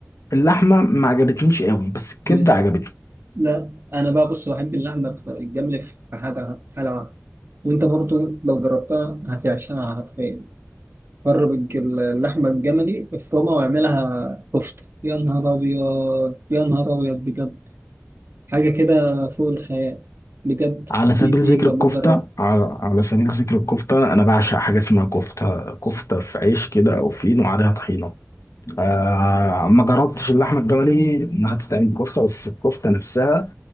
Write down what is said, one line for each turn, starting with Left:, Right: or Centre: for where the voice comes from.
Left: اللحمة ما عجبتنيش قوي بس الكبدة
Right: دي.
Left: عجبتني
Right: لا انا بقى بص بحب اللحمه الجملي في حاجه حلوه وانت برضو لو جربتها هتعشقها حرفيا جرب الج- اللحمة الجملي افرمها واعملها كفتة يا نهار أبيض يا نهار أبيض بجد حاجة كده فوق الخيال بجد
Left: على
Right: دي
Left: سبيل
Right: دي
Left: ذكر الكفتة
Right: بجرب
Left: على, على سبيل ذكر الكفتة أنا بعشق حاجة اسمها كفتة كفتة في عيش كده أو فين وعليها طحينة آه ما جربتش اللحمة الجملي إنها تتعمل كفتة بس الكفتة نفسها